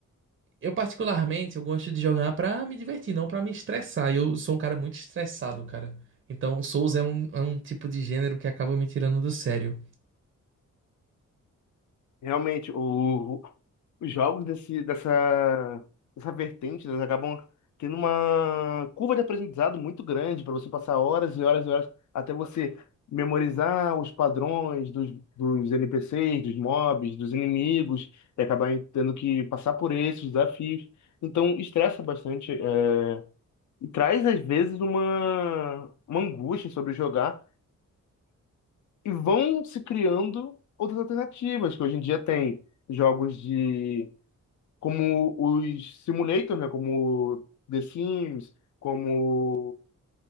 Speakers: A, on the right; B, on the left.
A: eu particularmente eu gosto de jogar pra me divertir, não pra me estressar. Eu sou um cara muito estressado, cara. Então, Souls é um, é um tipo de gênero que acaba me tirando do sério.
B: Realmente, o, os jogos desse, dessa, dessa vertente, eles acabam tendo uma curva de aprendizado muito grande para você passar horas e horas e horas até você memorizar os padrões dos, dos NPCs, dos mobs, dos inimigos, e acabar tendo que passar por esses desafios. Então, estressa bastante, é, e traz às vezes uma, uma angústia sobre jogar e vão se criando outras alternativas, que hoje em dia tem jogos de como os simulators, né, como The Sims, como